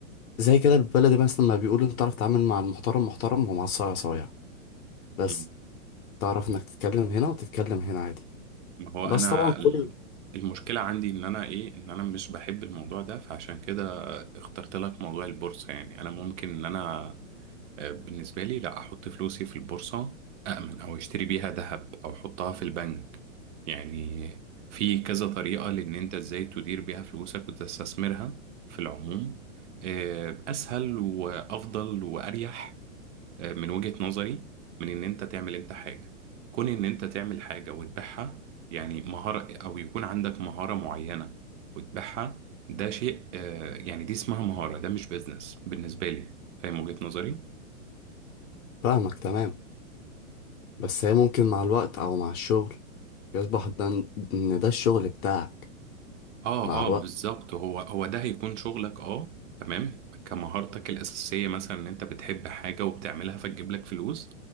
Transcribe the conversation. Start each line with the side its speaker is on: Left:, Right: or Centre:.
Left: زي كده البلد مثلا ما بيقولوا انت تعرف تتعامل مع المحترم محترم ومع الصايع صايع بس
Right: مم.
Left: تعرف انك تتكلم هنا وتتكلم هنا عادي
Right: ما هو
Left: بس
Right: أنا
Left: طبعا
Right: ال-
Left: كل
Right: المشكلة عندي إن أنا إيه إن أنا مش بحب الموضوع ده فعشان كده اخترت لك موضوع البورصة يعني أنا ممكن إن أنا آه، بالنسبة لي لا أحط فلوسي في البورصة أأمن أو أشتري بيها ذهب أو أحطها في البنك يعني في كذا طريقة لأن أنت إزاي تدير بيها فلوسك وتستثمرها في العموم آه، أسهل وأفضل وأريح آه، من وجهة نظري من إن أنت تعمل أنت حاجة كون إن أنت تعمل حاجة وتبيعها يعني مهارة أو يكون عندك مهارة معينة وتبيعها ده شيء آه، يعني دي اسمها مهارة ده مش بيزنس بالنسبة لي فاهم وجهة نظري؟
Left: فاهمك تمام بس هي ممكن مع الوقت أو مع الشغل يصبح ده إن ده الشغل بتاعك
Right: اه
Left: مع الوقت
Right: اه بالظبط هو هو ده هيكون شغلك اه تمام كمهارتك الأساسية مثلا ان انت بتحب حاجة وبتعملها فتجيب لك فلوس